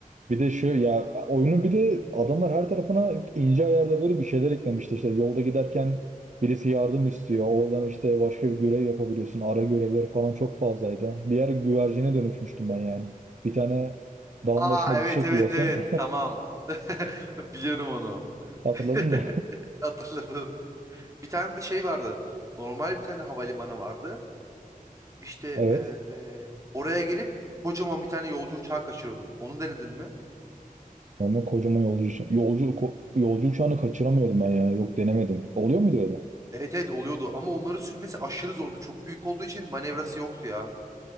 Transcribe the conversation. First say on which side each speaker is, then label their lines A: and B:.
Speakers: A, on the right; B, on the right.
A: bir de şu ya oyunun bir de adamlar her tarafına ince ayarda böyle bir şeyler eklemişti. İşte yolda giderken birisi yardım istiyor. Oradan işte başka bir görev yapabiliyorsun. Ara görevleri falan çok fazlaydı. Bir yer güvercine dönüşmüştüm ben yani. Bir tane dağın
B: Aa
A: başında
B: evet
A: bir çiçek
B: evet
A: yiyorsun.
B: evet. Tamam. <laughs> Biliyorum onu.
A: <laughs> Hatırladın
B: <laughs>
A: mı?
B: Hatırladım. Bir tane de şey vardı. Normal bir tane havalimanı vardı. İşte
A: Evet.
B: eee, oraya gelip kocaman bir tane yolcu uçağı kaçırıyordun. Onu denedin mi?
A: Ama kocaman yolcu uçağı. Yolcu, ko- yolcu uçağını kaçıramıyordum ben ya. Yok denemedim. Oluyor muydu öyle?
B: Evet evet oluyordu ama onları sürmesi aşırı zordu. Çok büyük olduğu için manevrası yoktu ya.